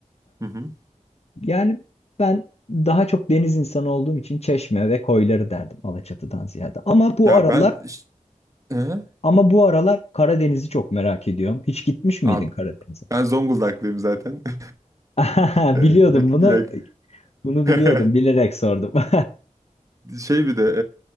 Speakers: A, on the right; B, on the left.
A: Hı hı.
B: Yani ben daha çok deniz insanı olduğum için Çeşme ve koyları derdim Alaçatı'dan ziyade. Ama bu
A: Ya
B: aralar
A: ben iş- Hı?
B: ama bu aralar Karadeniz'i çok merak ediyorum. Hiç gitmiş miydin
A: Abi
B: Karadeniz'e?
A: ben Zonguldaklıyım zaten. <laughs>
B: <laughs>
A: E,
B: Biliyordum
A: Direkt
B: bunu.
A: direkt.
B: Bunu biliyordum.
A: <laughs>
B: Bilerek sordum. <laughs>
A: Şey bir de